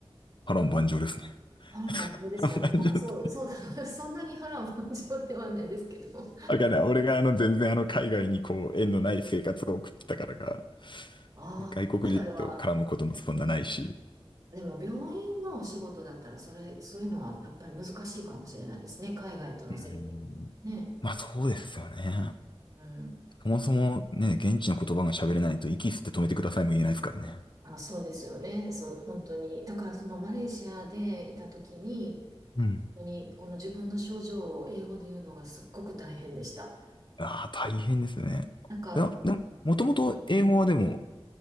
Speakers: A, on the left; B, on the right.
A: 波乱万丈ですね。
B: 波乱万丈ですかね。
A: <laughs> 波乱万丈。
B: まあ、そう、そう、<laughs> そんなに波乱万丈ではないですけど。
A: わかんない。俺があの全然あの海外にこう縁のない生活を送ってたからか、
B: ああ、
A: 外国人と絡むこともそんなないし、
B: 海外はでも病院のお仕事だったら、それ、そういうのはやっぱり難しいかもしれないですね。海外との接点。
A: うん。
B: ね。
A: まあそうですよね。
B: うん。
A: そもそもね、現地の言葉が喋れないと息吸って止めてくださいも言えないですからね。
B: あ、そうですよね。そう、本当に。だからそのマレーシアでいた時に、
A: うん。
B: 本当にこの自分の症状を英語で言うのがすっごく大変でした。
A: ああ、大変ですね。
B: なんか、
A: いや、でも、もともと英語はでも